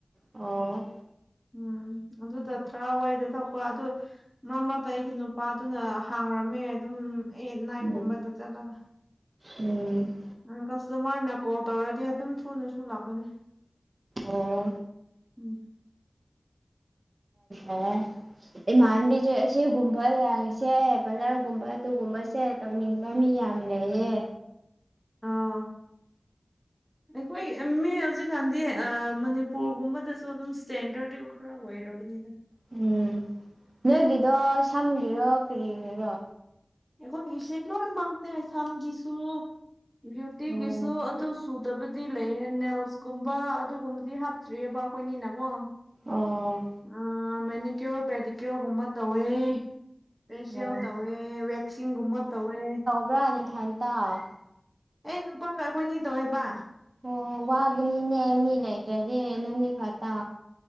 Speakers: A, on the right; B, in the centre.
A: ꯑꯣ
B: ꯎꯝ ꯑꯗꯨꯗ ꯇ꯭ꯔꯥꯋꯥꯏꯗ ꯊꫭꯛꯄ ꯑꯗꯨ ꯃꯔꯛ ꯃꯔꯛꯇ ꯑꯩꯒꯤ ꯅꯨꯄꯥꯗꯨꯅ ꯍꯥꯡꯔꯝꯃꯦ ꯑꯗꯨꯝ ꯑꯩꯠ ꯅꯥꯏꯟꯒꯨꯝꯕꯗ
A: ꯎꯝ
B: ꯆꯠꯂꯒ
A: ꯎꯝ
B: ꯎꯝ ꯀꯁꯇꯃꯔꯅ ꯀꯣꯜ ꯇꯧꯔꯗꯤ ꯑꯗꯨꯝ ꯊꯨꯅꯁꯨꯨ ꯂꯥꯛꯄꯅꯦ
A: ꯑꯣ
B: ꯎꯝ
A: ꯑꯣ ꯏꯃꯥꯟꯅꯕꯤꯖꯦ ꯁꯤꯒꯨꯝꯕ ꯂꯪꯁꯦ ꯄꯥꯂꯔꯒꯨꯝꯕ ꯑꯗꯨꯒꯨꯝꯕꯁꯦ ꯇꯧꯅꯤꯡꯕ ꯃꯤ ꯌꯥꯝ ꯂꯩꯌꯦ
B: ꯑꯥ ꯑꯩꯈꯣꯏ ꯃꯤ ꯍꯧꯖꯤꯛ ꯀꯥꯟꯗꯤ ꯃꯅꯤꯄꯨꯔꯒꯨꯝꯕꯗꯁꯨ ꯑꯗꯨꯝ ꯁ꯭ꯇꯦꯟꯗꯔꯗꯤ ꯈꯔ ꯑꯣꯏꯔꯕꯅꯤꯗ
A: ꯎꯝ ꯅꯣꯏꯒꯤꯗꯣ ꯁꯝꯒꯤꯔꯣ ꯀꯔꯤꯒꯤꯔꯣ
B: ꯑꯩꯈꯣꯏꯒꯤꯁꯦ ꯂꯣꯏꯅꯃꯛꯅꯦ ꯁꯝꯒꯤꯁꯨ ꯕ꯭ꯌꯨꯇꯤꯒꯤꯁꯨ
A: ꯎꯝ
B: ꯑꯗꯨꯁꯨ ꯗꯕꯨꯗꯤ ꯂꯩꯌꯦ ꯅꯦꯜꯁꯀꯨꯝꯕ ꯑꯗꯨꯒꯨꯝꯕꯗꯤ ꯍꯥꯞꯇ꯭ꯔꯤꯑꯦꯕ ꯑꯩꯈꯣꯏꯒꯤꯅꯀꯣ
A: ꯑꯣ
B: ꯑ ꯃꯦꯅꯤ ꯀ꯭ꯌꯣꯔ ꯄꯦꯗꯤ ꯀ꯭ꯌꯣꯔꯒꯨꯝꯕ ꯇꯧꯋꯦ ꯐꯦꯁꯤꯌꯦꯜ
A: ꯑꯣ
B: ꯇꯧꯋꯦ ꯋꯦꯛꯁꯤꯡꯀꯨꯝꯕ ꯇꯧꯋꯦ
A: ꯕ꯭ꯔꯥ ꯅꯊꯟꯇ
B: ꯑꯩ ꯅꯨꯄꯥꯒ ꯑꯩꯈꯣꯏ ꯑꯅꯤ ꯇꯧꯋꯦꯕ
A: ꯑꯣ ꯋꯥꯒꯤꯅꯤꯅꯦ ꯃꯤ ꯂꯩꯇ꯭ꯔꯗꯤ ꯅꯣꯏꯅꯤ ꯈꯛꯇ